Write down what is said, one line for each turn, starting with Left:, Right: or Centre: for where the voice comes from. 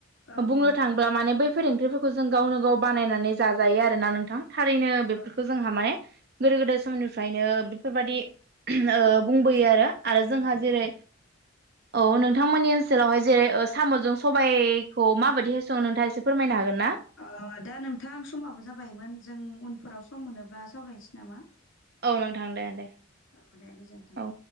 Left: औ
Right: बुंनो
Left: नंगौ
Right: थाङोबब्ला माने बै फोर ख्रिफोरखौ जों गावनो गाव बानायनानै जाजायो आरोना नोंथां। थारैनो बेफोरखौ
Left: औ
Right: जोंहा माने गोदो गोदाय समनिफ्रायनो बेफोरबायादि ओ
Left: बाहायबोयोमोन
Right: बुंबोयो आरो आरो जोंहा जेरै
Left: औ
Right: औ नोंथांमोननि ओनसोलावहाय जेरै साम'जों सबायाइखौ माबायदिहाय सङो नोंथाङा एसे फोरमायनो हागोन ना?
Left: अ दा नोंथां समाबो जाबायोमोन जों उनफोराव सम मोनोब्ला सावरायनोसै नामा?
Right: औ नोंथां दे दे
Left: औ दे गोजोन्थों
Right: औ